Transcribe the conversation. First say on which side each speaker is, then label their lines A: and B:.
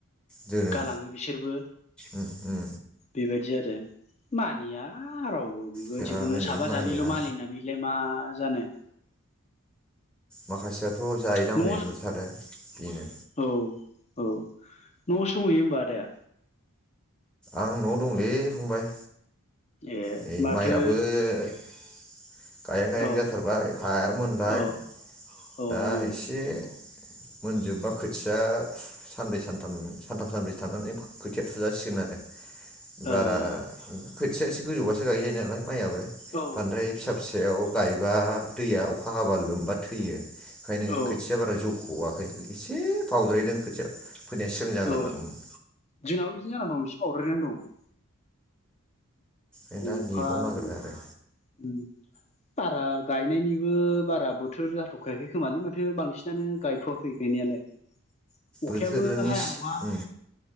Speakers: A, in the centre; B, on the left.
A: दोनो
B: गालाङो बिसोरबो
A: उम उम
B: बेबाय दि आरो मानियाव राव बो बेबायदिखौनो
A: जोंहा हनै
B: साफा
A: मानिया
B: सानैल' मलिनानैलाय मा जानो?
A: माखासेयाथ' जायोदा
B: न'
A: हनै बुथारो बेनो।
B: औ औ न'आवसो दंहैयो होमबा आदाया?
A: आं न'आव दंलै फंबाय।
B: ए
A: नै
B: माथो
A: माइयाबो गायहां गायहां
B: औ
A: जाथारबाय हाया मोनबाय
B: अ औ ओं
A: दा एसे मोनजोबबा खोथिया सानब्रै सानथाम सानथाम सानब्रै थानानै खोथिया फुजासिगोन आरो।
B: ओ औ
A: बारा फो <unintelligible> गोजौबासो गायजायो नालाय माइआबो
B: औ
A: बांद्राय फिसा फिसायाव गाय ब्ला दैया अखा हाबा लोमबा थैयो। ओंखायनो
B: औ
A: खोथिया बारा जौख'वा एसे बावद्रायदों खोथिया फोनाया सिगां जाग्रोनांगौमोन
B: औ जोंनाबो बिदिनो जाना दं एसे बावद्रायनानै दं। <unintelligible>
A: ओमफ्राय
B: अखा
A: दा नेबावनो
B: आरि
A: नागिरबाय आरो
B: उम बारा गायनायनिबो बारा बोथोर जाथखायाखै खोमालै माथो बांसिनानो गायथवाखै गायनायालाय। अखायाबो
A: बोथोरनि
B: हाया नङा।
A: उम